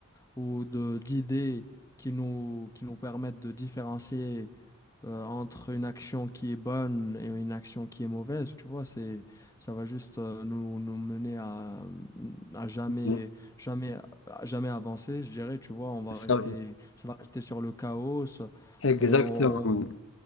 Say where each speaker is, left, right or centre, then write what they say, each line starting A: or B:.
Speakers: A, on the left (about 15°); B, on the left (about 65°).
A: ou de, d'idées qui nous, qui nous permettent de différencier euh, entre une action qui est bonne et une action qui est mauvaise, tu vois, c'est, ça va juste euh, nous, nous mener à, mm, à jamais,
B: Ouais.
A: jamais, à jamais avancer, je dirais, tu vois, on va
B: Ça,
A: rester, ça va rester sur le chaos, ça-
B: exactement.
A: on, on,